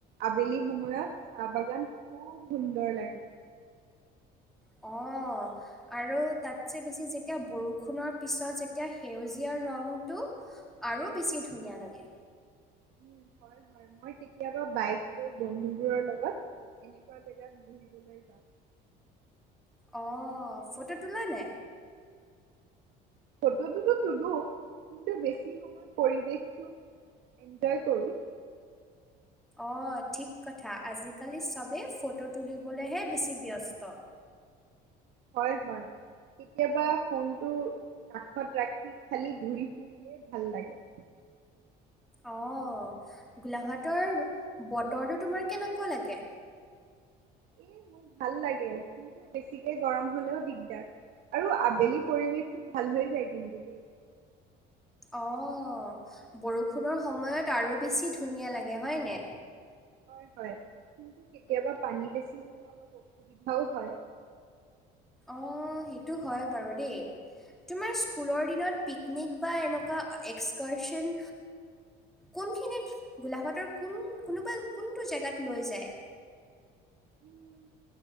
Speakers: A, on the right; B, in the centre.
A: আবেলি সময়ত চাহ বাগান খুব সুন্দৰ লাগে।
B: অ আৰু তাতযে বেছি যেতিয়া বৰষুণৰ পিছত যেতিয়া সেউজীয়া ৰংটো আৰু বেছি ধুনীয়া লাগে।
A: উ হয় হয় মই কেতিয়াবা বাইক লৈ বন্ধুবোৰৰ লগত এনেকুৱা জেগাত ঘুৰিবলৈ যাওঁ।
B: অ ফটো তোলা নে
A: ফটোটোতো তুলো কিন্তু বেছি সময় পৰিৱেশটো এনজয় কৰোঁ
B: অ ঠিক কথা আজিকালি চবেই ফটো তুলিবলৈহে বেছি ব্যস্ত।
A: হয় হয় কেতিয়াবা ফোনটো কাষত ৰাখি খালি ঘূৰি ফুৰিলে ভাল লাগে।
B: অ গোলাঘাটৰ বতৰটো তোমাৰ কেনেকুৱা লাগে?
A: এ মোৰ ভাল লাগে। কিন্তু বেছিকে গৰম হলেও দিগদাৰ আৰু আবেলি পৰিৱেশটো ভাল হৈ যায় কিন্তু দেই
B: অ বৰষুণৰ সময়ত আৰু বেছি ধুনীয়া লাগে হয় নে?
A: হয় হয় কিন্তু কেতিয়াবা পানী বেছি হলে অলপ অসুবিধাও হয়।
B: অ সেইটো হয় বাৰু দেই তোমাৰ স্কুলৰ দিনত পিকনিক বা এনেকুৱা এক্সকাৰচন কোনখিনিত গোলাঘাটৰ কোন কোনোবা কোনটো জেগাত লৈ যায়।
A: উম